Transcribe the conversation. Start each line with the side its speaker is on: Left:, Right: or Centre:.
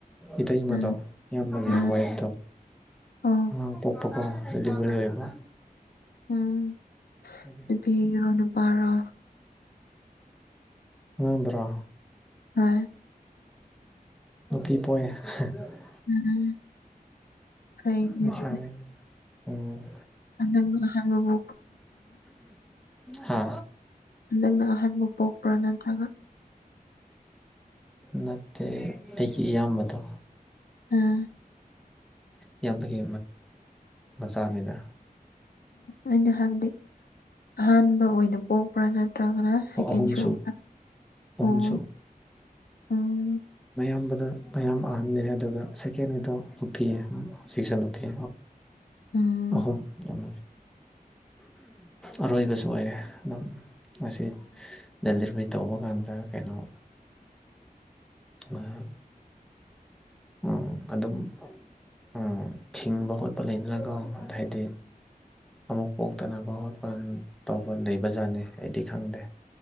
Centre: ꯏꯇꯩꯃꯗꯣ
Left: ꯎꯝ
Centre: ꯏꯌꯥꯝꯕꯒꯤ
Left: ꯎꯝ
Centre: ꯋꯥꯏꯐꯇꯣ
Left: ꯑꯣ
Centre: ꯑꯉꯥꯡ ꯄꯣꯛꯄꯀꯣ ꯑꯗꯨꯗꯨꯒꯤ ꯑꯣꯏꯕ
Left: ꯎꯝ
Centre: ꯑꯗꯒꯤ
Left: ꯅꯨꯄꯤꯔꯣ ꯅꯨꯄꯥꯔꯣ
Centre: ꯑꯉꯥꯡꯗꯨꯔꯣ
Left: ꯍꯣꯏ
Centre: ꯅꯨꯄꯤ ꯄꯣꯛꯏ <unintelligible>
Left: ꯎꯝ ꯐꯩꯅꯦ
Centre: ꯂꯩꯁꯥꯕꯤ
Left: ꯑꯗꯨꯗꯤ
Centre: ꯎꯝ
Left: ꯍꯟꯗꯛꯅ ꯑꯍꯥꯟꯕꯕꯨ
Centre: ꯍꯥ
Left: ꯍꯟꯗꯛꯅ ꯑꯍꯥꯟꯕ ꯄꯣꯛꯄ꯭ꯔꯥ ꯅꯠꯇ꯭ꯔꯒ
Centre: ꯅꯠꯇꯦ ꯑꯩꯒꯤ ꯏꯌꯥꯝꯕꯗꯣ
Left: ꯎꯝ
Centre: ꯏꯌꯥꯝꯕꯒꯤ ꯃꯆꯥꯅꯤꯗ
Left: ꯑꯩꯅ ꯍꯥꯏꯕꯗꯤ ꯑꯍꯥꯟꯕ ꯑꯣꯏꯅ ꯄꯣꯛꯄ꯭ꯔꯥ ꯅꯠꯇ꯭ꯔꯒꯅ ꯁꯦꯀꯦꯟ
Centre: ꯑꯣ ꯑꯍꯨꯝ
Left: ꯁꯨꯕ
Centre: ꯑꯍꯨꯝ
Left: ꯑꯣ ꯑꯣ
Centre: ꯃꯌꯥꯝꯕꯗꯣ ꯃꯌꯥꯝꯕ ꯑꯍꯟꯅꯦ ꯑꯗꯨꯒ ꯁꯦꯀꯦꯟꯒꯤꯗꯣ ꯅꯨꯄꯤ ꯑꯃ ꯁꯤꯛꯁꯟ ꯑꯣꯀꯦ
Left: ꯎꯝ
Centre: ꯑꯍꯨꯝ ꯌꯥꯝ ꯑꯔꯣꯏꯕꯁꯨ ꯑꯣꯏꯔꯦ ꯑꯗꯨꯝ ꯉꯁꯤ ꯗꯦꯂꯤꯚꯔꯤ ꯇꯧꯕ ꯀꯥꯟꯗ ꯀꯩꯅꯣ ꯑꯥ ꯎꯝ ꯑꯗꯨꯝ ꯎꯝ ꯊꯤꯡꯕ ꯈꯣꯠꯄ ꯂꯩꯗꯅꯀꯣ ꯑꯗꯩꯗꯤ ꯑꯃꯨꯛ ꯄꯣꯛꯇꯅꯕ ꯋꯥꯠꯄꯟ ꯇꯧꯕ ꯂꯩꯕꯖꯥꯠꯅꯤ ꯑꯩꯗꯤ ꯈꯪꯗꯦ